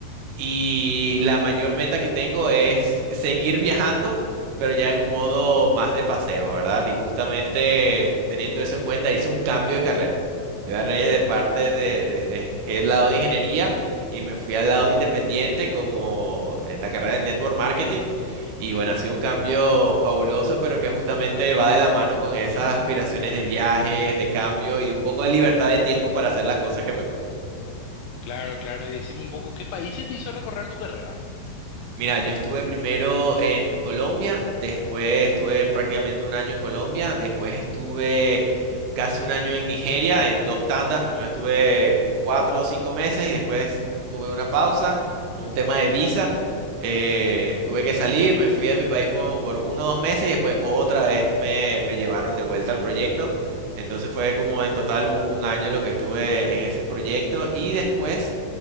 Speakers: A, on the right (about 65°); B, on the left (about 80°).
A: y la mayor meta que tengo es seguir viajando, pero ya en un modo más de paseo, ¿verdad? Y justamente teniendo eso en cuenta, hice un cambio de carrera. Yo agarré de parte de, de- dejé el lado de ingeniería y me fui al lado independiente como en la carrera de network marketing. Y bueno, ha sido un cambio fabuloso, pero que justamente va de la mano con esas aspiraciones de viajes, de cambio y de un poco de libertad de tiempo para hacer las cosas que me gustan.
B: Claro, claro. Y decime un poco, ¿qué países te hizo recorrer tu carrera?
A: Mira, yo estuve primero en Colombia, después estuve prácticamente un año en Colombia, después estuve casi un año en Nigeria en dos tandas. Primero estuve como cuatro o cinco meses y después tuve una pausa por un tema de visa. Eh, tuve que salir, me fui a mi país como por uno o dos meses y después otra vez me, me llevaron de vuelta al proyecto. Entonces fue como en total un, un año lo que estuve en ese proyecto y después